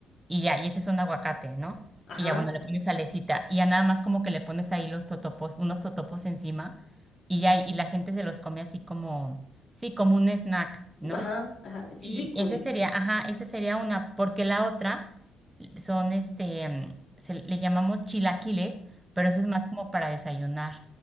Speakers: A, on the right; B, on the left.
A: y ya, y ese es un aguacate, ¿no?
B: ajá,
A: Y ya, bueno, le pones salecita y ya nada más como que le pones ahí los totopos, unos totopos encima y ya, y la gente se los come así como, sí, como un snack, ¿no?
B: ajá, ajá.
A: Sí,
B: Sí, sí, como
A: ese
B: tipo.
A: sería, ajá, esa sería una, porque la otra son este, mm, se le llamamos chilaquiles, pero eso es más como para desayunar,